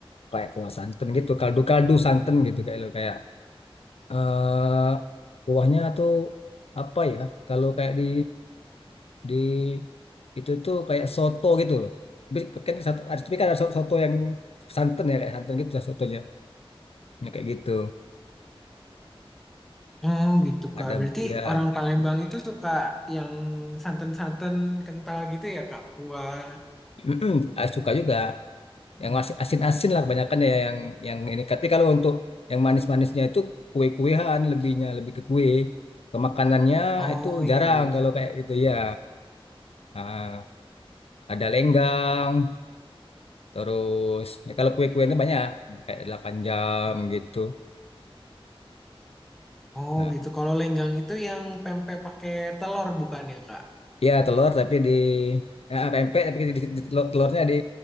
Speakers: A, on the left (about 80°); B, in the centre.
A: kayak kuah santan gitu, kaldu-kaldu santan gitu kayak lo kayak eh kuahnya tuh apa ya? Kalau kayak di di itu tuh kayak soto gitu loh. Tapi Kan satu, ada- tapi kan ada so- soto yang santan ya kayak santan gitu lah sotonya. Ya, kayak gitu.
B: Oh gitu
A: Ada
B: Kak. Berarti
A: ya
B: orang Palembang itu suka yang santan-santan kental gitu ya Kak? Kuah.
A: Mm-mm, ah, suka juga yang masih asin-asin lah kebanyakan ya yang yang ini. Tapi kalau untuk yang manis-manisnya itu kue-kuean lebihnya lebih ke kue. Ke makanannya
B: Oh
A: itu jarang
B: iya iya
A: kalau
B: Kak.
A: kayak gitu ya. Ah, ada lenggang, terus ya kalau kue-kuenya banyak kayak 8 jam gitu.
B: Oh
A: Nah,
B: gitu. Kalau lenggang itu yang pempek pakai telur bukan ya Kak?
A: ya telur tapi di ya, pempek tapi di, di- di telur- telurnya di